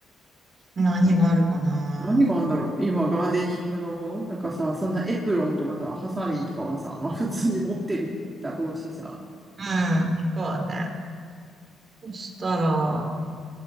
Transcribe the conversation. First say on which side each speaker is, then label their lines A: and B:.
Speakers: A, on the right; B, on the right.
A: 何があるかな。
B: 何があるんだろう今、ガーデニングのものなんかさ、そんなエプロンとかさ、ハサミとかはさ、まあ普通に持ってるだろうしさ、
A: うん、そうだね。そしたら、